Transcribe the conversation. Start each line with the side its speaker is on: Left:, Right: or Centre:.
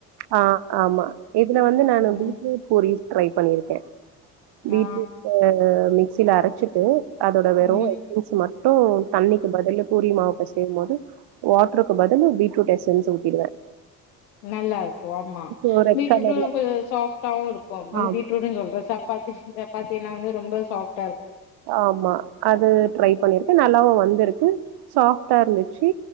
Right: ஆஹ் ஆமா இதுல வந்து நான்
Left: ம்
Right: வீட்ல போளி ட்ரை பண்ணியிருக்கேன் வீட்டுக்கு
Left: ஆ
Right: சில அரைச்சிட்டு அதோட வெறும்
Left: ம்
Right: எஸன்ஸ் மட்டும் மட்டும் தண்ணிக்கு பதில் பூரி மாவுப்ப செய்யும் போது வாட்டருக்கு பதிலு பீட்ரூட் எஸன்ஸ் ஊத்திடுவேன்
Left: நல்லா இருக்கும் ஆமா
Right: ஸோ ரெட்
Left: பீட்ரூட்டும்
Right: கலர்ல
Left: கொஞ்சம் சாப்டாவும் இருக்கும்
Right: ஆமா.
Left: பீட்ரூட் சொல்ற சப்பாத்தி சப்பாத்தி எல்லாம் வந்து ரொம்ப சாப்ட்
Right: ஆமா அது ட்ரை பண்ணிருக் நல்லாவும் வந்திருக்கு சாப்டா இருந்துச்சு